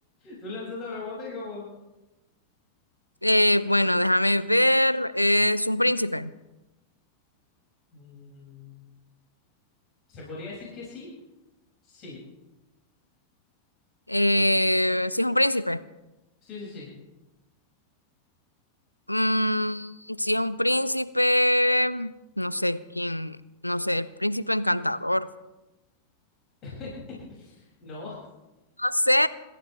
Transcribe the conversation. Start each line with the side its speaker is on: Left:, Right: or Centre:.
Left: Tú lanzando preguntas y como...
Right: Eh, bueno, déjame ver. Es un príncipe.
Left: mm, ¿Se podría decir que sí? Sí.
Right: Eh, si es un príncipe.
Left: Sí, sí, sí.
Right: Mm, si es un príncipe, no sé quién, no sé, el príncipe encantador.
Left: <laughs> No,
Right: No sé,